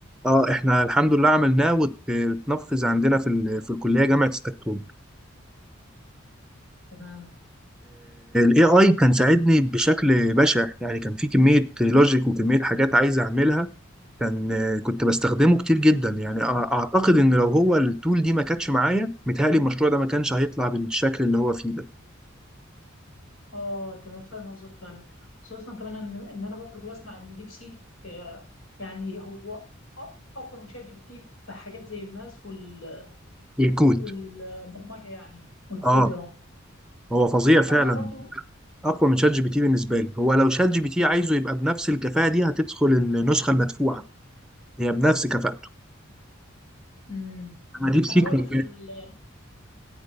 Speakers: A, in the centre; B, on the left.
A: اه احنا الحمد لله عملناه واتنفذ عندنا في ال- في الكلية جامعة ستكتون
B: تمام
A: الاي اي كان ساعدني بشكل بشع يعني كان في كميه لوجيك وكميه حاجات عايز اعملها كان آه، كنت بستخدمه كتير جدا يعني أع- اعتقد ان لو هو التول دي ما كانتش معايا متهيألي المشروع ده ما كانش هيطلع بالشكل اللي هو فيه ده
B: اه تمام فاهم قصدك فعلا خصوصا كمان ان ان انا برضو بسمع ان ديب سيك آه، يعني هو أ- اقوى من شات جي بي تي في حاجات زي الماس وال
A: الكود
B: والبرمجه يعني والكود
A: اه
B: اه
A: هو فظيع فعلا
B: انا برضو
A: اقوى من شات جي بي تي بالنسبه لي هو لو شات جي بي تي عايزه يبقى بنفس الكفاءه دي هتدخل النسخه المدفوعه هي بنفس كفاءته
B: مم.
A: انا ديب سيك
B: انا برضو
A: ممكن
B: في ال... يعني